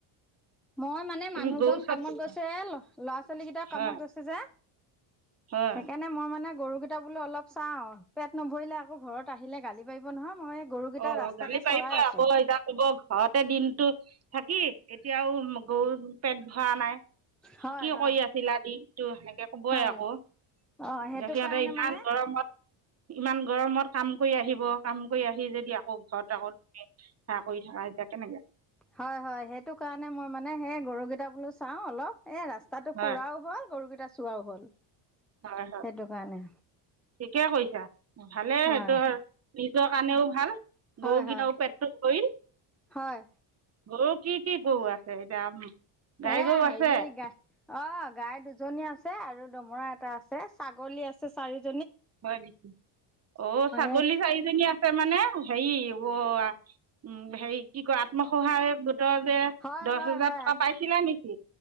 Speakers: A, in the centre; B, on the right.
A: মই মানে
B: তুমি
A: মানুহজন
B: গৰু চত
A: কামত
B: দিছা
A: গৈছে এ ল'ৰা ছোৱালী কেইটাৰ
B: হয়
A: কামত গৈছে যে।
B: হয়
A: সেইকাৰণে মই মানে গৰুকেইটা বোলে অলপ চাওঁ পেট ন ধৰিলে আকৌ ঘৰত আহিলে গালি পাৰিব নহয়। মই এই গৰুকেইটা
B: অঁ
A: ৰাস্তাতে
B: গালি পাৰিবই
A: চৰাই আছো।
B: আকৌ এতিয়া ক'ব ঘৰতে দিনটো থাকি এতিয়াও গৰু পেট ভৰা নাই।
A: হয়,
B: কি
A: হয়,
B: কৰি আছিল আদি ত' সেনে কে ক'বই
A: হয়।
B: আকৌ
A: অ' সেইটো
B: যে সিহঁতে
A: কাৰণে
B: ইমান
A: মানে
B: গৰমত- ইমান গৰমত কাম কৰি আহিব কাম কৰি আহি যদি আকৌ ঘৰত আকৌ লোকে সেৱা কৰি থাকা এতিয়া কেনেকে
A: হয়-হয় সেইটো কাৰণে মই মানে সেই গৰুকেইটা বোলো চাওঁ অলপ। এ ৰাস্তাটো
B: হয়
A: ফুৰাও হ'ল গৰুকেই কেইটা চোৱাও হ'ল।
B: হয় হয়
A: সেইটো কাৰণে।
B: ঠিকে কৈছা। ভালে
A: হয়।
B: সেইটো নিজৰ কাৰণেও ভাল।
A: হয়
B: গৰু
A: হয়
B: কিটাৰো পেটটো ভৰিল,
A: হয়
B: গৰু কি কি গৰু আছে এতিয়া গাই
A: এয়া
B: গৰু
A: হেৰি
B: আছে
A: গা অঁ গাই দুজনী আছে আৰু দমৰা এ এটা আছে ছাগলী আছে চে চাৰি
B: হয় নেকি, অঁ ছাগলী
A: এই
B: চাৰিজনী আচ মানে হেৰি অঁ উম হেৰি কি কয় আত্মসহায়ক গোটৰ যে
A: হয়
B: দহ
A: হয়-
B: হেজাৰ
A: হয়,
B: টকা পাইছিলা নেকি